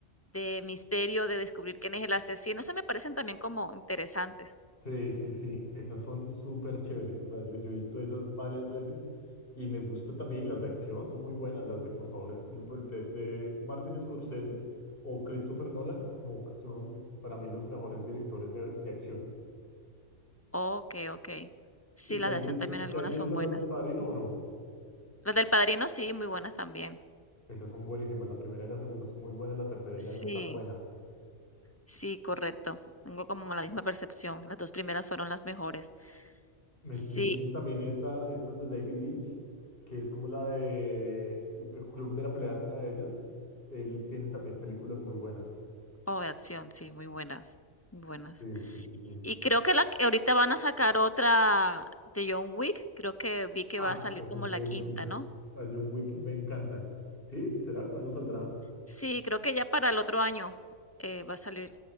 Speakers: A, on the left; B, on the left.
A: de misterio, de descubrir quién es el asesino, esas me parecen también como interesantes.
B: Sí, sí, sí, esas son súper chéveres. O sea, yo, yo he visto esas varias veces y me gusta también las de acción, son muy buenas las de, por favor, es- de, pues, de este Martin Scorsese o Christopher Nolan, como que son para mí los mejores directores de, de acción.
A: Okey, okey. Sí,
B: ¿Y te
A: las
B: has
A: de acción
B: visto,
A: también algunas
B: te has Bueno,
A: son
B: visto
A: buenas.
B: las del Padrino o no?
A: Las del Padrino sí, muy buenas también.
B: Esas son buenísimas, la primera y la segunda son muy buenas, la tercera
A: Sí,
B: ya no es tan buena.
A: sí, correcto. Tengo como la misma percepción. Las 2 primeras fueron las mejores.
B: Me
A: Sí,
B: estoy viendo también esta, estas de David Lynch, que es como la de El Club de la Pelea, es una de ellas. Él tiene también películas muy buenas.
A: o de acción, sí, muy buenas, muy buenas.
B: Sí, sí, sí, sí.
A: Y creo que la que ahorita van a sacar otra de John Wick, creo que vi que
B: Ah,
A: va a salir
B: estas
A: como
B: son
A: la
B: buenísimas.
A: quinta, ¿no?
B: A John Wick me encantan. ¿Sí? ¿Será? ¿Cuándo saldrá?
A: Sí, creo que ya para el otro año, eh, va a salir.